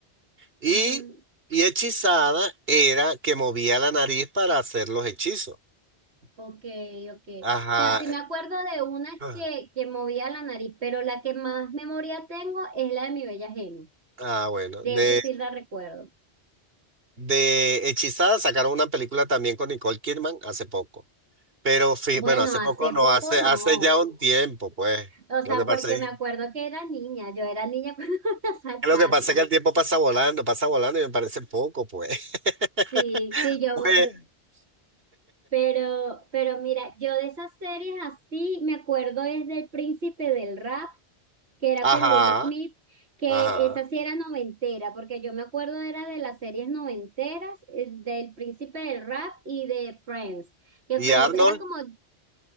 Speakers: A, on the right (about 60°); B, on the right (about 75°).
A: Y,
B: Mm,
A: y hechizada era que movía la nariz para hacer los hechizos.
B: ok, ok.
A: Ajá.
B: O sea, sí me acuerdo de una
A: Ah,
B: que, que movía la nariz, pero la que más memoria tengo es la de mi bella genio.
A: ah, bueno.
B: De
A: De,
B: eso sí la recuerdo.
A: de Hechizada sacaron una película también con Nicole Kidman hace poco. Pero fi-
B: Bueno,
A: bueno, hace
B: hace
A: poco no,
B: poco
A: hace,
B: no.
A: hace ya un tiempo, pues.
B: O sea,
A: Lo que pasa
B: porque
A: es,
B: me acuerdo que era niña, yo era niña <laughs> cuando la sacaron.
A: lo que pasa es que el tiempo pasa volando, pasa volando y me parece poco, pues. <laughs>
B: Sí, sí, yo,
A: Pues,
B: pero, pero mira, yo de esas series así me acuerdo es del Príncipe del Rap, que era
A: ajá,
B: con Will Smith, que
A: ajá.
B: esa sí era noventera, porque yo me acuerdo era de las series noventeras, eh, del Príncipe del Rap y de Friends, que
A: ¿Y
B: Friends
A: Arnold?
B: era como